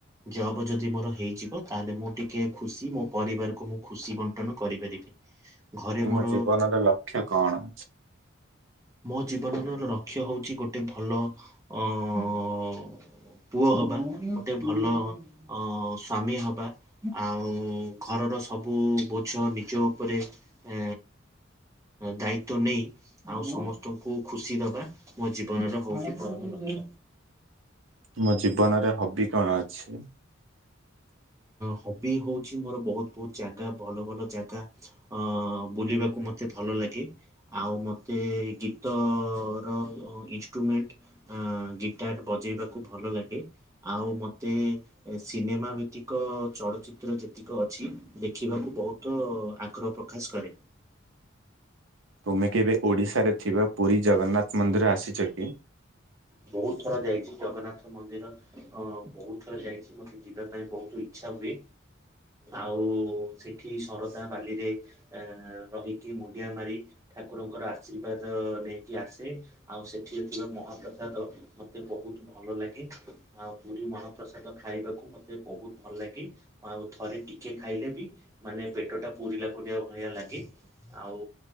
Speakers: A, on the right; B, on the right.
A: ଜବ୍ ଯଦି ମୋର ହେଇଯିବ- ତାହେଲେ ମୁଁ ଟିକେ ଖୁସି ମୋ ପରିବାରକୁ ମୁଁ ଖୁସି ବଣ୍ଟନ କରିପାରିବି। ଘରେ
B: ତୁମ
A: ମୋର
B: ଜୀବନର ଲକ୍ଷ୍ୟ କଣ?
A: ମୋ ଜୀବନର ରକ୍ଷ୍ୟ। ହଉଛି ଗୋଟେ ଭଲ ଅ ଅ ପୁଅ ହବା ଗୋଟେ ଭଲ ଅ ସ୍ଵାମୀ ହବା ଆଉ ଘରର ସବୁ ବୋଝ ନିଜ ଉପରେ ଏ ଦାୟିତ୍ୱ ନେଇ ଆଉ ସମସ୍ତ ସମସ୍ତଙ୍କୁ ଖୁସି ଦବା ମୋ ଜୀବନରେ ହଉଛି ପରମ ଲକ୍ଷ୍ୟ।
B: ତୁମ ଜୀବନରେ ହବି କଣ ଅଛି?
A: ହବି ହଉଛି ମୋର ବହୁତ ବହୁତ ଜାଗା ଭଲ ଭଲ ଜାଗା ଅ ବୁଲିବାକୁ ମତେ ଭଲଲାଗେ। ଆଉ ମତେ ଗୀତ ର ଇଷ୍ଟ୍ରୁମେଣ୍ଟ ଗିଟାର ବଜେଇବାକୁ ଭଲଲାଗେ। ଆଉ ମତେ ସିନେମା ଭିତ୍ତିକ ଚଳଚିତ୍ର ଯେତିକ ଅଛି ଦେଖିବାକୁ ବହୁତ ଆଗ୍ରହ ପ୍ରକାଶ କରେ।
B: ତୁମେ କେବେ ଓଡ଼ିଶାରେ ଥିବା ପୁରୀ ଜଗନ୍ନାଥ ମନ୍ଦିର ଆସିଛ କି?
A: ବହୁତ ଥର ଯାଇଛି ଜଗନ୍ନାଥ ମନ୍ଦିର ଅ ବହୁତ ଥର ଯାଇଛି। ମୋତେ ଯିବା ପାଇଁ ବହୁତ ଇଚ୍ଛା ହୁଏ। ଆଉ ସେଠି ଶରଧା ବାଲିରେ ଆ ରହିକି ମୁଣ୍ଡିଆ ମାରି ଠାକୁରଙ୍କର ଆଶୀର୍ବାଦ ନେଇକି ଆସେ। ଆଉ ସେଠି ଥିବା ମହାପ୍ର ପ୍ରସାଦ ମତେ ବହୁତ ଭଲ ଲାଗେ। ଆଉ ପୁରୀ ମହାପ୍ରସାଦ ଖାଇବାକୁ ମତେ ବହୁତ ଭଲ ଲାଗେ। ଆଉ ଥରେ ଟିକେ ଖାଇଲେ ବି ମାନେ ପେଟ ଟା ପୁୁରିଲା ପୂରିଲା ଭଳିଆ ଲାଗେ। ଆଉ